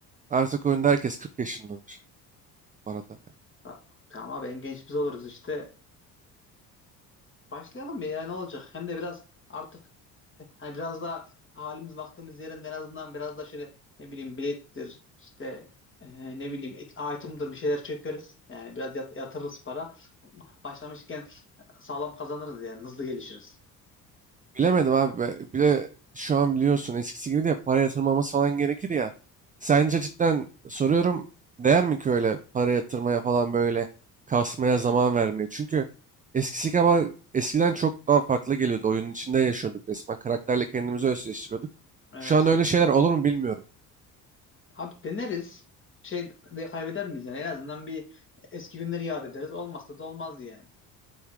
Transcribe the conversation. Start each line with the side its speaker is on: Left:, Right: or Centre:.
Right: Artık oyunda herkes 40 yaşındadır bu arada.
Left: Ha, Tamam abi en genç biz oluruz işte. Başlayalım mı ya ne olacak? Hem de biraz artık e, hani biraz daha halimiz vaktimiz yerinde en azından biraz da şöyle ne bileyim bilettir işte e, ne bileyim et- item'dır bir şeyler çökeriz. Yani biraz yat- yatırırız para. Başlamışken sağlam kazanırız yani hızlı gelişiriz.
Right: Bilemedim abi. be- Bir de şu an biliyorsun eskisi gibi de para yatırmamız falan gerekir ya. Sence cidden soruyorum değer mi ki öyle para yatırmaya falan böyle kasmaya zaman vermeye? Çünkü eskisi kadar eskiden çok daha farklı geliyordu. Oyunun içinde yaşıyorduk resmen. Karakterle kendimizi özleştiriyorduk.
Left: Evet.
Right: Şu an öyle şeyler olur mu bilmiyorum.
Left: Abi deneriz. Şey de kaybeder miyiz yani? En azından bir eski günleri yad ederiz. Olmazsa da olmaz yani.